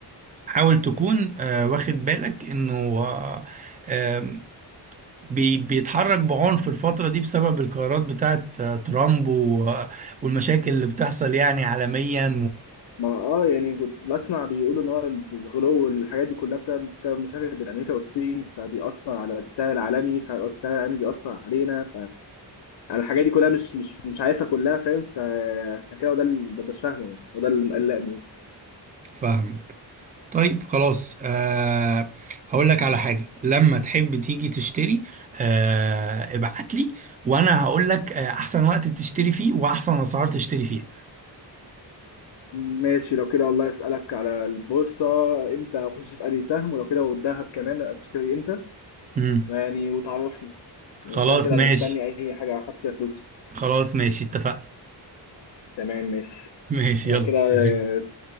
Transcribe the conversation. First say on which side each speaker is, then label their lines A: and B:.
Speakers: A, on the right; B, on the left.
A: حاول تكون آه، واخد بالك انه آه، آم، بي- بيتحرك بعنف الفترة دي بسبب القرارات بتاعت آه، ترامب و- آه، والمشاكل اللي بتحصل يعني عالميا
B: ما اه يعني كنت بسمع بيقولوا ان هو الغلو والحاجات دي كلها بتاع- بسبب مشاكل بين امريكا والصين فبيأثر على السعر العالمي فالسعر العالمي بيأثر علينا فانا الحاجات دي كلها مش مش مش عارفها كلها فاهم فعشان كده هو ده اللي مبقاش فاهمه يعني وده اللي مقلقني بس
A: وفاهمك طيب خلاص أه هقول لك على حاجة لما تحب تيجي تشتري أه ابعت لي وانا هقول لك آه، احسن وقت تشتري فيه واحسن اسعار تشتري فيها
B: ماشي لو كده والله اسالك على البورصه امتى اخش في انهي سهم ولو كده والذهب كمان اشتري امتى
A: امم
B: ويعني وتعرفني يعني
A: خلاص
B: كده كده
A: ماشي
B: انا مستني اي حاجه احط فيها فلوسي
A: خلاص ماشي اتفقنا
B: تمام ماشي
A: ماشي
B: لو
A: يلا
B: كده
A: سلام
B: آه،